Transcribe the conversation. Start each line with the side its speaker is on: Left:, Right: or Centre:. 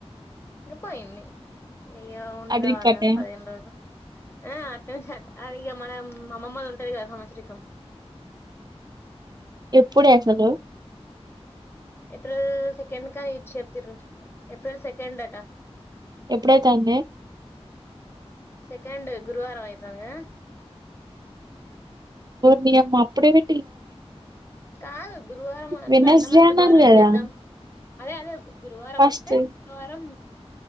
Left: ఇంకా పోయింది అయ్య ఉండ
Right: అడిక్కటే
Left: రావాళ్ల పదిహేను రోజులు ఆ అ అది ఇక మన అమ్మమ్మలు ఉంటారు కదా సంవత్సరక
Right: ఎప్పుడు హలో
Left: ఏప్రిల్ సెకండ్ కాని ఇ చెప్పారు ఏప్రిల్ సెకండ్టా
Right: ఎప్పుడైతే అండి
Left: సెకండ్ గురువారం అయితాదిగద
Right: నియమప్పుడే వి
Left: కాదు గురువారం అ
Right: వెడ్నెస్డే
Left: అడంమ
Right: అన్నారు
Left: బుధవారం
Right: కదా
Left: చేద్దాం అదే అదే గురువారం
Right: ఫస్ట్
Left: వస్తే బుధవారం